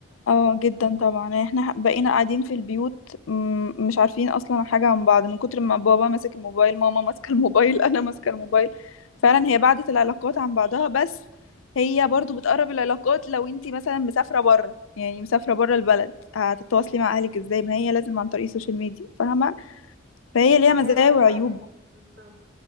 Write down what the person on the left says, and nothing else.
اه
جدا طبعا يعني احنا ح- بقينا قاعدين في البيوت م- مش عارفين اصلا حاجة عن بعض من كتر ما بابا ماسك الموبايل ماما ماسكة <laughs> الموبايل انا ماسكة
الموبايل فعلا هي بعدت العلاقات عن بعضها بس هي برضو بتقرب العلاقات لو انتي مثلا مسافرة بره يعني مسافرة بره البلد هتتواصلي مع اهلك ازاي ما هي لازم عن طريق السوشيال ميديا فاهمة
فهي ليها مزايا
وعيوب